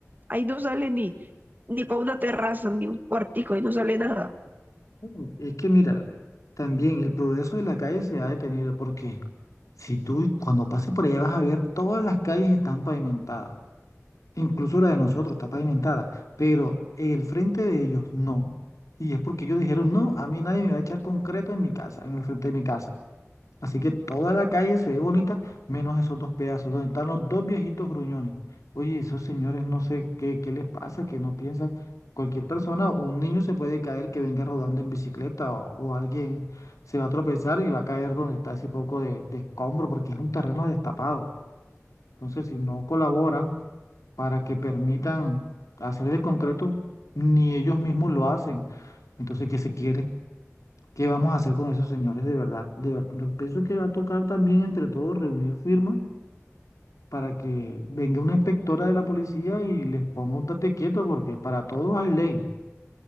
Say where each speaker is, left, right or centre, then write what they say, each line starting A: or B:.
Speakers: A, on the right; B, on the left.
A: ahí no sale ni, ni para una terraza, ni un cuartico, ahí no sale nada.
B: Bueno, Es que mira, eh, también el progreso de la calle se ha detenido porque si tú cuando pases por allá vas a ver todas las calles están pavimentadas, incluso la de nosotros está pavimentada, pero el frente de ellos no. Y es porque ellos dijeron, no, a mí nadie me va a echar concreto en mi casa, en el frente de mi casa. Así que toda la calle se ve bonita, menos esos dos pedazos, donde están los dos viejitos gruñones. Oye, esos señores no sé qué, qué les pasa, que no piensan. Cualquier persona, un niño se puede caer que venga rodando en bicicleta o, o alguien se va a tropezar y va a caer donde está ese poco de, de escombro, porque es un terreno destapado. Entonces, si no colaboran para que permitan hacer el concreto, ni ellos mismos lo hacen. Entonces, ¿qué se quiere? ¿Qué vamos a hacer con esos señores de verdad? De ver- yo pienso que va a tocar también entre todos reunir firmas para que venga una inspectora de la policía y les ponga un tate quieto porque para todos hay ley.